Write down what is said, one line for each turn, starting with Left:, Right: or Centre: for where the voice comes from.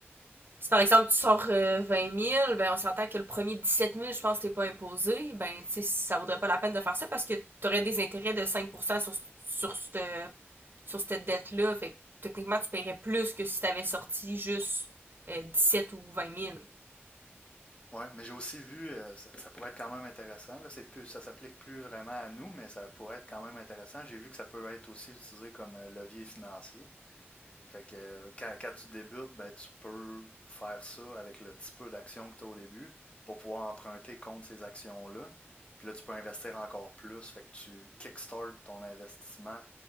Right: Si par exemple tu sors euh, 20 000, ben on s'entend que le premier 17 000, je pense que t'es pas imposé, ben tu sais, ça vaudrait pas la peine de faire ça parce que t'aurais des intérêts de 5 sur, sur cette, sur cette dette-là. Fait que techniquement, tu paierais plus que si t'avais sorti juste euh, 17 ou 20 000.
Left: Ouais, mais j'ai aussi vu, euh, ça, ça pourrait être quand même intéressant. Là, c'est plus, ça s'applique plus vraiment à nous, mais ça pourrait être quand même intéressant. J'ai vu que ça peut être aussi utilisé comme euh, levier financier. Fait que euh, quand, quand tu débutes, ben, tu peux faire ça avec le petit peu d'action que tu as au début pour pouvoir emprunter contre ces actions-là. Puis là, tu peux investir encore plus. Fait que tu kickstart ton investissement